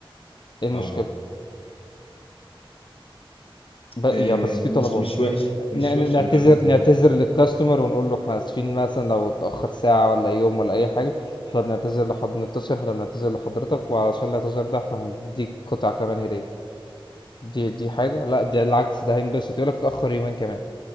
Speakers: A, on the left; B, on the left.
A: ايه
B: اه
A: المشكلة ب... يعني
B: آه،
A: بس في
B: مش
A: طلبات
B: مش وحش مش
A: ن-
B: وحش
A: ن- نعتذر
B: ان انا انزل
A: نعتذر للكاستمر ونقول له احنا اسفين مثلا لو اتأخر ساعة ولا يوم ولا اي حاجة احنا بنعتذر لحد نتصل احنا بنعتذر لحضرتك وعلشان الاعتذار ده احنا هنديك قطعة كمان هدية دي دي حاجة لا ده العكس ده هينبسط يقول لك اتأخر يومين كمان